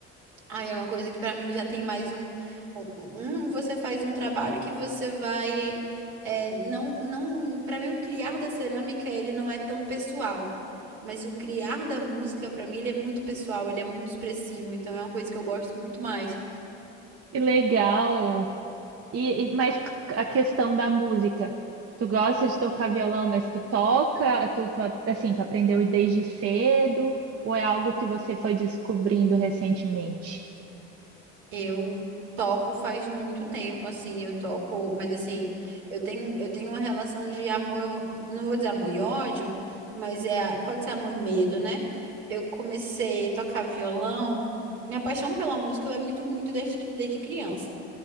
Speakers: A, on the right (about 70°); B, on the right (about 45°).
A: Aí é uma coisa que pra mim já tem mais um, um, um- você faz um trabalho que você vai, é, não, não, para mim o criar da cerâmica ele não é tão pessoal, mas o criar da música pra mim ele é muito pessoal, ele é muito expressivo, então é uma coisa que eu gosto muito mais.
B: Que legal! E, e mais a questão da música. Tu gosta de tocar violão, mas tu toca, tu, tu, assim, tu aprendeu desde cedo, ou é algo que você foi descobrindo recentemente?
A: Eu toco faz muito tempo, assim, eu toco, mas assim, eu tenho, eu tenho uma relação de amor, não vou dizer amor e ódio, mas é, pode ser amor e medo, né? Eu comecei a tocar violão, minha paixão pela música ela é muito, muito desde, desde criança.